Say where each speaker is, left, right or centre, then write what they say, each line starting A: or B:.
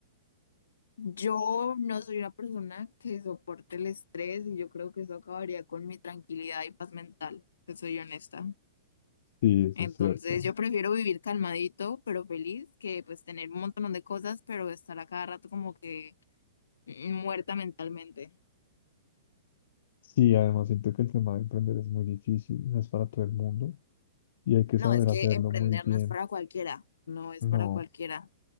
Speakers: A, on the left; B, on the left.
A: yo no soy una persona que soporte el estrés y yo creo que eso acabaría con mi tranquilidad y paz mental, te soy honesta.
B: Sí, eso
A: Entonces
B: es cierto.
A: yo prefiero vivir calmadito, pero feliz, que pues tener un montón de cosas, pero estar a cada rato como que mm, muerta mentalmente.
B: Sí, además siento que el tema de emprender es muy difícil, no es para todo el mundo y hay que
A: No,
B: saber
A: es que
B: hacerlo
A: emprender
B: muy bien.
A: no es para cualquiera, no es
B: No,
A: para cualquiera.